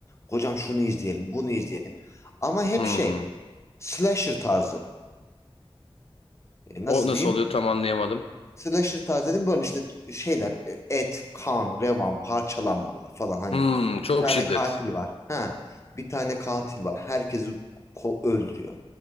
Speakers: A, on the left (about 30°); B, on the left (about 80°).
A: Hocam şunu izleyelim, bunu izleyelim. Ama hep
B: Hmm.
A: şey slasher tarzı. E, nasıl
B: O nasıl
A: diyeyim?
B: oluyor tam anlayamadım.
A: Slasher tarzı dedim böyle işte şeyler e, et, kan, revan, parçalanmalar falan hani.
B: Hmm, çok
A: Bir tane
B: şiddet.
A: katil var. Ha, bir tane katil var. Herkesi ko- öldürüyor.